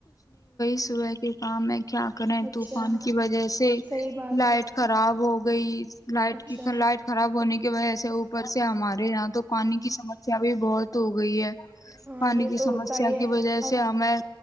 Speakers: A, on the left; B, on the right.
A: سبح کے کام ہے کیا کریں
B: اچھا
A: طوفان کی وجہ سے
B: صحیح بات
A: لائٹ
B: کہا
A: خراب ہو گئی لائٹ
B: اچھا
A: لائٹ خراب ہونے کی ایسے اوپر سے ہمارے یہاں تو پانی کی سمسیا بھی بہت ہو گئی ہے
B: ہاں
A: پانی
B: یہ
A: کی
B: تو
A: سمسیا
B: ہوتا ہی ہے
A: کی وجہ
B: اب
A: سے ہمیں